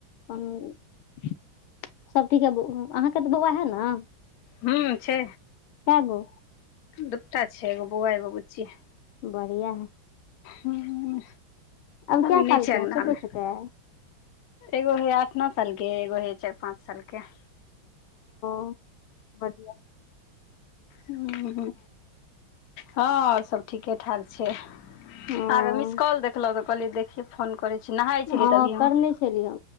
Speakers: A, on the left; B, on the left.
A: उम्म सब ठीके ब हां। अहाँ के तऽ बौअवा हे ना।
B: हुं छै।
A: काएगो।
B: दूटा छै एगो बौअवा, एगो बुच्ची।
A: बढ़ियाँ हय।
B: हुं
A: अब
B: अभी
A: कै साल
B: नै छै
A: के है
B: अंगना
A: छोटे
B: मे।
A: छोटे है
B: एगो हय आठ-नौ साल के, एगो हय चार-पाँच साल के।
A: ओ बढ़ियाँ
B: हुं, हां सब ठीके-ठाक छै <unintelligible>
A: ओ
B: कॉल देखलो तऽ, कहली देखिये फोन करै छी। नहाय
A: हँ,
B: छलियै तभी
A: करने
B: हम
A: छलियै ह,